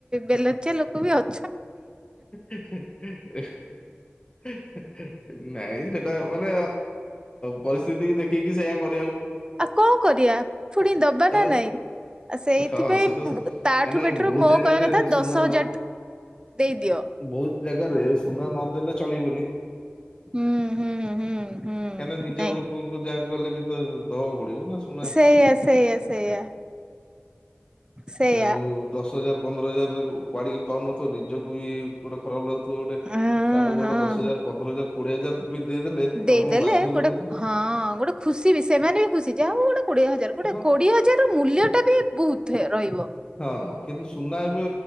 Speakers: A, on the right; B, on the left.
A: ବେଲଜ୍ୟା ଲୋକ ବି ଅ
B: ଏ ହେ ହେଁ ଏ ହେ ହେଁ ନାଇ ହେଟା। ମାନେ ପରିସ୍ଥିତି ଦେଖିକି ସେଇୟା କର
A: ଆଉ କଣ କରିବା ପୁଣି ଦବା ନା
B: ଆଉ
A: ନାଇଁ? ଆ ସେଇଥିପାଇଁ
B: ହଁ ସେଟା ସ-
A: ତାଠୁ
B: କାହିଁକିନା
A: ବେଟର
B: ବହୁତ
A: ମୋ
B: ଜାଗାରେ
A: କହିବା କଥା
B: ସୁନା
A: ଦଶ ହଜାର
B: ନ
A: ଦେଇଦିଅ
B: ବହୁତ ଜାଗାରେ ସୁନା ନଦେଲେ ଚଳିବନି।
A: ହୁଁ ହୁଁ ହୁଁ। ହୁଁ
B: କାହିଁକିନା ନିଜ
A: ନାଇଁ
B: ଲୋକଙ୍କୁ ଯାହା କଲେ ବି ତ ଦବାକୁ ପଡିବ ନା ସୁନା
A: ସେଇଆ ସେଇଆ ସେଇଆ। ସେଇଆ
B: ଆଉ ଦଶ ହଜାର ପନ୍ଦର ହଜାରରେ କୁଆଡିକି ପାଉନଥିବ ନିଜକୁ ବି ଗୋଟେ ଖରାପ ଲାଗୁଥିବ ଗୋଟେ।
A: ହଁ
B: ତାଠୁ ଭଲ
A: ହଁ
B: ଦଶ ହଜାର ପନ୍ଦର ହଜାର କୋଡିଏ ହଜାର ବି ଦେଇଦେଲେ ଆପଣଙ୍କୁ
A: ଦେଇଦେଲେ
B: ବାଧିବନି
A: ଗୋଟେ
B: ଜିନ୍ସ।
A: ହଁ ଗୋଟେ ଖୁସି ବି ସେମାନେ ବି ଖୁସି ଯାହାବ ଗୋଟେ କୋଡିଏ ହଜାର ଗୋଟେ
B: ହଁ
A: କୋଡିଏ ହଜାର ର ମୂଲ୍ୟ ଟା ବି ବହୁତ ରହିବ।
B: ହଁ କିନ୍ତୁ ସୁନା ଏବେ